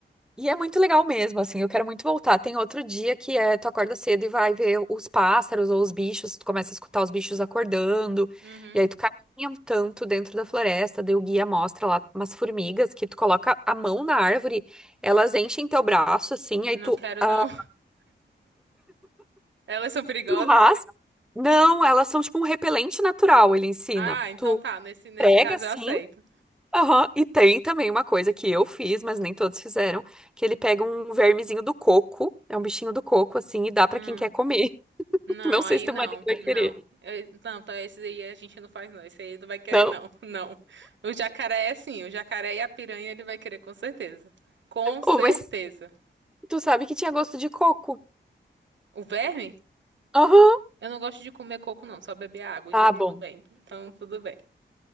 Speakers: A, in the centre; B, on the right.
A: E é muito legal mesmo, assim, eu quero muito voltar. Tem outro dia que é, tu acorda cedo e vai ver os pássaros ou os bichos, tu começa a escutar os bichos acordando,
B: Uhum.
A: e aí tu caminha um tanto dentro da floresta, daí o guia mostra lá umas formigas que tu coloca a mão na árvore, elas enchem teu braço, assim,
B: Não
A: aí tu,
B: quero,
A: ah,
B: não. <laughs> Elas são perigosas?
A: tu raspa. Não, elas são tipo um repelente natural, ele ensina.
B: Ah, então
A: Tu
B: tá. Nesse, nesse
A: prega,
B: caso
A: assim,
B: eu aceito.
A: Aham, E tem também uma coisa que eu fiz, mas nem todos fizeram, que ele pega um vermezinho do coco, é um bichinho do coco, assim, e dá
B: Hum.
A: pra quem quer comer. <laughs>
B: Não,
A: Não sei
B: aí
A: se teu
B: não.
A: marido vai
B: Não.
A: querer.
B: Eu- não, então esse aí a gente não faz, não. Esse aí não vai querer,
A: Não?
B: não. <laughs> Não. O jacaré é sim. O jacaré e a piranha ele vai querer, com certeza. Com certeza.
A: Oh, mas tu sabe que tinha gosto de coco.
B: O verme?
A: Aham.
B: Eu não gosto de comer coco, não. Só beber água. Então
A: Ah,
B: tudo
A: bom.
B: bem. Então tudo bem.